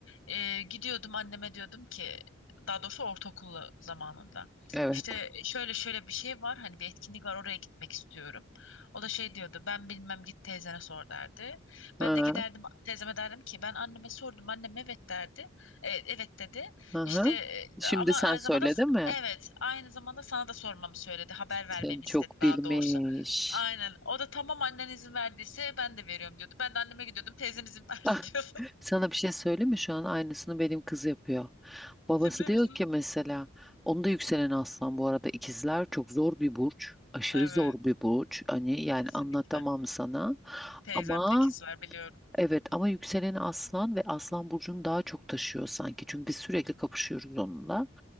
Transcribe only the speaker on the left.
E, gidiyordum anneme diyordum ki daha doğrusu ortaokul zamanında
işte şöyle şöyle bir şey var hani bir etkinlik var oraya gitmek istiyorum o da şey diyordu ben bilmem git teyzene sor derdi
ben de giderdim teyzeme derdim ki ben anneme sordum annem evet derdi E, evet dedi
işte
e, ama
aynı
zamanda s-
evet aynı zamanda sana da sormamı söyledi haber vermemi
istedi
daha
doğrusu Aynen. O da tamam annen izin verdiyse ben de veriyorum diyordu. Ben de anneme gidiyordum. Teyzem izin verdi
<laughs> diyordu.
Ciddi
misin?
Evet.
Kesinlikle.
Teyzemde
ikizler biliyorum.